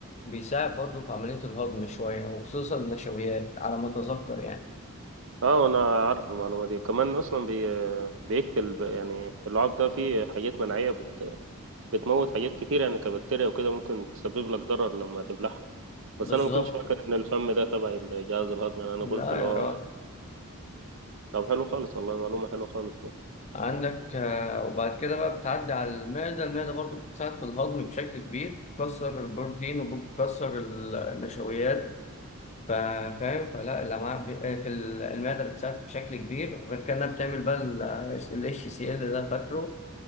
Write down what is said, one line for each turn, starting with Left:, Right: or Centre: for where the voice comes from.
Left: بيساعد برضه في عملية الهضم شوية وخصوصا النشويات على ما أتذكر يعني
Right: اه انا عارف المعلومة دي كمان اصلا بي... بيقتل ب- يعني اللعاب ده فيه حاجات مناعية بت... بتموت حاجات كتير يعني كبكتيريا وكده ممكن تسبب لك ضرر لما تبلعها
Left: بالظبط
Right: بس انا ما كنتش فاكر ان الفم ده تبع الجهاز الهضمي يعني انا
Left: لا
Right: قلت اللي
Left: يا
Right: هو
Left: راجل
Right: طب حلو خالص والله معلومة حلوة خالص
Left: عندك آه، وبعد كده بقى بتعدي على المعدة المعدة برضو بتساعد في الهضم بشكل كبير بتكسر البروتين وبتكسر ال- النشويات فا- فاهم فلا الأمعاء ب- آه، في ال- المعدة بتساعد بشكل كبير وغير كده إنها بتعمل بقى ال اتش سي ال ده فاكره